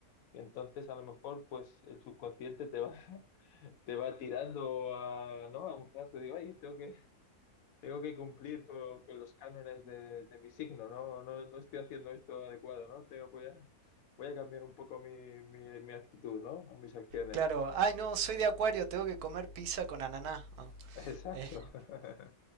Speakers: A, on the left (about 70°); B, on the right (about 80°).
A: Y entonces a lo mejor pues el subconsciente te va, <laughs> te va tirando a, ¿no? a un rasgo, digo, ay, tengo que, tengo que cumplir con, con los cánones de, de mi signo, ¿no? No, no estoy haciendo esto adecuado, ¿no? Tengo, voy a, voy a cambiar un poco mi, mi, mi actitud, ¿no? O mis acciones.
B: Claro, ay no, soy de Acuario, tengo que comer pizza con ananá. Ah,
A: <laughs> Exacto.
B: eh.
A: <laughs>